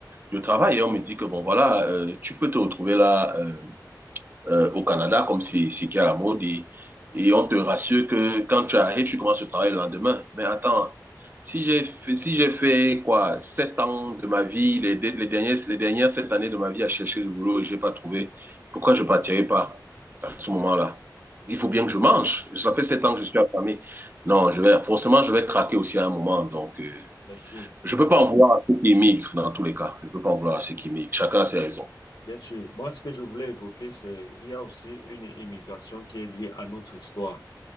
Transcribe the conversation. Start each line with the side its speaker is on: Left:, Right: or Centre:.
Right: de travail et on me dit que, bon, voilà, euh, tu peux te retrouver là, euh, euh, au Canada, comme c'est c'est qui est à la mode, et, et on te rassure que quand tu arrives, tu commences le travail le lendemain. Mais attends, si j'ai fait, si j'ai fait quoi, sept ans de ma vie, les, les dernières, les dernières sept années de ma vie à chercher du boulot et j'ai pas trouvé, pourquoi je partirais pas à ce moment-là? Il faut bien que je mange. Ça fait sept ans que je suis affamé. Non, je vais, forcément, je vais craquer aussi à un moment. Donc, euh,
Left: Bien sûr.
Right: je ne peux pas en vouloir à ceux qui émigrent dans tous les cas. Je ne peux pas en vouloir à ceux qui émigrent. Chacun a ses raisons.
Left: Bien sûr. Moi, ce que je voulais évoquer, c'est il y a aussi une immigration qui est liée à notre histoire,